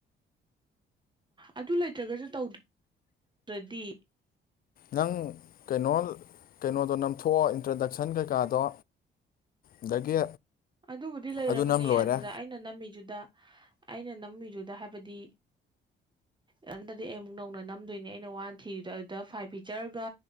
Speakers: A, on the right (about 25°); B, on the left (about 45°).
A: ꯑꯗꯨ ꯂꯩꯇ꯭ꯔꯒꯁꯨ ꯇꯧꯗ꯭ꯔꯗꯤ
B: ꯅꯪ ꯀꯩꯅꯣ ꯀꯩꯅꯣꯗꯣ ꯅꯝꯊꯣꯛꯑꯣ ꯏꯟꯇ꯭ꯔꯗꯛꯁꯟ ꯀꯩꯀꯥꯗꯣ ꯑꯗꯒꯤ
A: ꯑꯗꯨꯕꯨꯗꯤ ꯂꯩꯔꯕꯅꯦ
B: ꯑꯗꯨ ꯅꯝ ꯂꯣꯏꯔꯦ
A: ꯑꯗꯨꯗ ꯑꯩꯅ ꯑꯩꯅ ꯅꯝꯃꯤꯗꯨꯗ ꯑꯩꯅ ꯅꯝꯃꯤꯗꯨꯗ ꯍꯥꯏꯕꯗꯤ ꯅꯝꯇꯗꯤ ꯑꯩ ꯑꯃꯨꯛ ꯅꯧꯅ ꯅꯝꯗꯣꯏꯅꯦ ꯑꯩꯅ ꯋꯥꯟ ꯊꯤꯔꯤꯗꯣ ꯑꯗꯨꯗ ꯐꯥꯏꯚ ꯐꯤꯆꯔꯒ